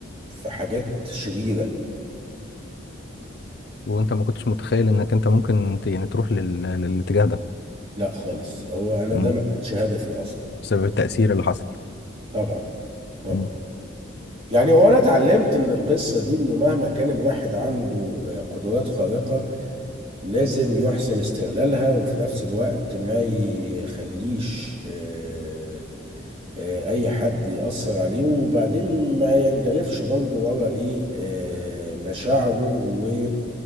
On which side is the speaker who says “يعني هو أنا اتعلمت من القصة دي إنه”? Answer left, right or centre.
Right